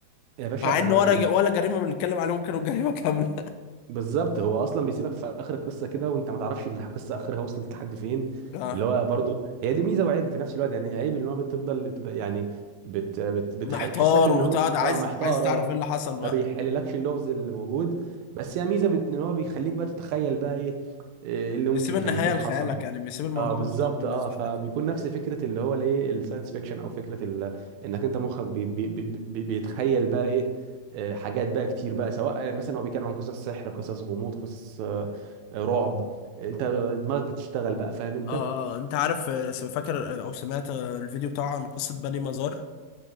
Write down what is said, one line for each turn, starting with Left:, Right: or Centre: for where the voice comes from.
Right: يا باشا
Left: مع إن
Right: انا
Left: ولا
Right: اللي
Left: ج- ولا جريمة بنتكلم عليهم كانوا جريمة كاملة <laughs>
Right: بالظبط هو اصلا بيسيبك في اخر القصه كده وانت ما تعرفش القصه اخرها وصلت لحد فين
Left: اه
Right: اللي هو برضو هي دي ميزه وعيب في نفس الوقت يعني عيب ان هو بتفضل تبقى- يعني بت بت بتح-
Left: محتار
Right: بتحسسك ان
Left: وتقعد
Right: هو
Left: عايز
Right: اه محتار
Left: عايز تعرف
Right: اه
Left: ايه اللي حصل بقى
Right: ما بيحللكش اللغز اللي موجود بس هي ميزه بت- ان هو بيخليك بقى تتخيل بقى ايه إيه اللي ممكن
Left: بيسيب النهاية
Right: كان يكون
Left: لخيالك
Right: حصل
Left: يعني بيسيب الموضوع
Right: اه بالظبط
Left: مفتوح بالنسبة
Right: اه فبيكون
Left: لك
Right: نفس فكره اللي هو الايه الساينس فيكشن او فكره ال... انك انت مخك بي... بي... بي... بي- بيتخيل بقى ايه آه، حاجات بقى كتير بقى سواء آه، مثلا هو بيتكلم عن قصص سحر قصص غموض قصص آه، آه، رعب انت دماغك بتشتغل بقى فاهم انت
Left: اه آه، انت عارف آه، س- فاكر آه، او سمعت آه، الفيديو بتاعه عن قصة بني مزار